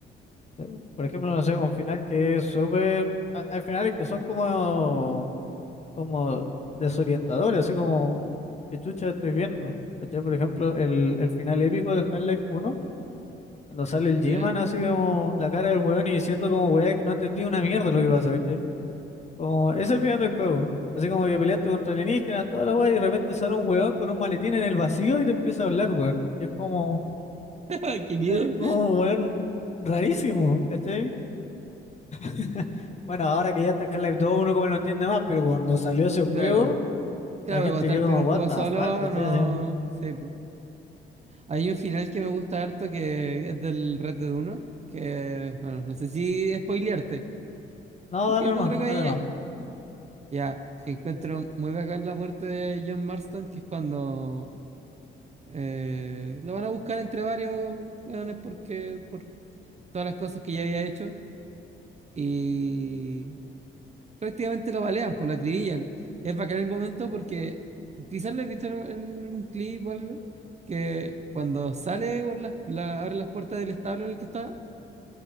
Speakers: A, on the left; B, on the right.
A: Sí. Por ejemplo, no sé, un final que es súper... ha- Hay finales que son como, como desorientadores, así como, ¿qué chucha estoy viendo? ¿Cachai? Por ejemplo, el, el final épico de Half-Life 1, cuando sale el
B: ¿Ya?
A: G-Man así como la cara del weón y diciendo como, weá, que no entendí una mierda lo que pasa, ¿cachai? Como, ese es el final del juego. Así como que peleaste contra alienígenas, toda la weá, y de repente sale un weón con un maletín en el vacío y te empieza a hablar, weón. Y es como,
B: <laughs> ¡Qué miedo!
A: es como, weón, rarísimo, ¿cachai? <laughs> Bueno, ahora que ya está Half-Life 2, uno como lo entiende más, pero cuando salió ese juego,
B: Claro, claro,
A: la gente
B: pero hasta
A: quedó
B: el primer
A: como, what
B: juego
A: the
B: solo,
A: fuck, ¿cachai?
B: no
A: Así,
B: sé. po. Hay un final que me gusta harto que es del Red Dead 1, que, bueno, no sé si spoilearte,
A: No,
B: aunque
A: dale
B: no
A: nomás,
B: creo que
A: dale
B: haya,
A: nomás.
B: Ya, que encuentro muy bacán la muerte de John Marston, que es cuando eh, lo van a buscar entre varios weones porque por todas las cosas que ya había hecho y prácticamente lo balean, pues lo acribillan. Es bacán el momento porque quizás lo he visto en algún clip o algo, que cuando sale por las, la- abre las puertas del establo en el que estaba